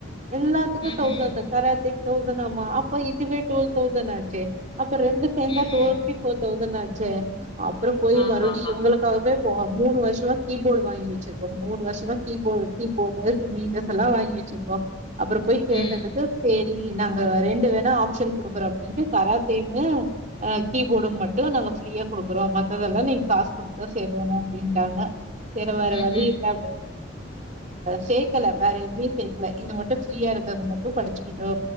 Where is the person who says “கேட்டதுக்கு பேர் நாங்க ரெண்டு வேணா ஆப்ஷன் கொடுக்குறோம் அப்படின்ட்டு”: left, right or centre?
Right